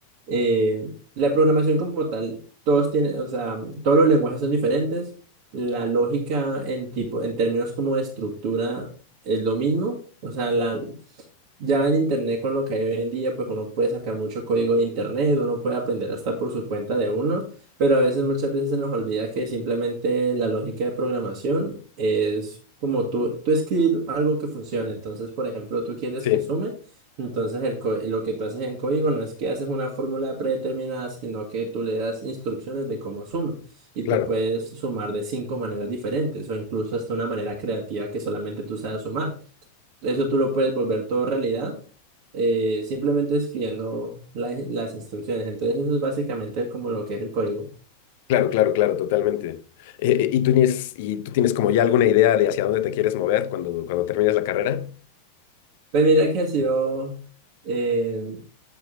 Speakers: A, on the right; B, on the left.
A: Eh, la programación como tal, todos tienen, o sea, todos los lenguajes son diferentes. La lógica en tipo, en términos como de estructura es lo mismo. O sea, la, ya en internet, con lo que hay hoy en día, pues uno puede sacar mucho código de internet, uno puede aprender hasta por su cuenta de uno, pero a veces, muchas veces se nos olvida que simplemente la lógica de programación es como tú, tú escribir algo que funcione. Entonces, por ejemplo, tú quieres
B: Sí,
A: que sume, entonces el, co- lo que tú haces en código no es que haces una fórmula predeterminada, sino que tú le das instrucciones de cómo suma. Y
B: claro,
A: tú puedes sumar de cinco maneras diferentes o incluso hasta una manera creativa que solamente tú sabes sumar. Eso tú lo puedes volver todo realidad, eh, simplemente escribiendo la- las instrucciones. Entonces eso es básicamente como lo que es el código.
B: claro, claro, claro, totalmente. Eh, eh, ¿y tú tienes, y tú tienes como ya alguna idea de hacia dónde te quieres mover cuando, cuando termines la carrera?
A: Pues mira que ha sido eh,